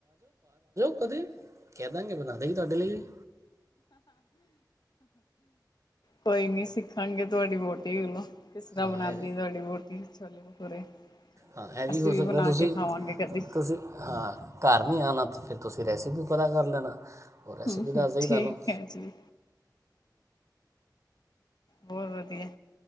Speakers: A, on the right; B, on the left.
A: ਉਹਦੇ ਕਹਿ ਦਾਂਗੇ ਬਣਾ ਦੇ ਜ ਤੁਹਾਡੇ ਲਈ
B: ਕੋਈ ਨੀ ਸਿੱਖਣਗੇ ਤੁਹਾਡੀ ਵੋਟੀ ਵਲੋਂ ਕਿਸ ਤਰ੍ਹਾਂ
A: ਹਾਂ
B: ਬਣਾਉਂਦੀ
A: ਇਹ
B: ਆ ਤੁਹਾਡੀ ਰੋਟੀ ਛੋਲੇ ਭਟੂਰੇ
A: ਹਾਂ ਇਹ
B: ਅਸੀਂ
A: ਹੋ
B: ਵੀ
A: ਸਕਦਾ
B: ਬਣਾ
A: ਤੁਸੀਂ
B: ਕੇ ਖਾਵਾਂਗੇ ਕਦੀ
A: ਤੁਸੀਂ ਹਾਂ ਘਰ ਨਹੀਂ ਆਉਣਾ ਫਿਰ ਤੁਸੀਂ ਰੈਸਿਪੀ ਪਤਾ ਕਰ ਲੈਣਾ ਉਹ ਰੈਸਿਪੀ
B: ਹਮ
A: ਦੱਸ
B: ਹਮ
A: ਦੇਗੀ
B: ਠੀਕ
A: ਤੁਹਾਨੂੰ
B: ਹੈ ਜੀ ਬਹੁਤ ਵਧੀਆ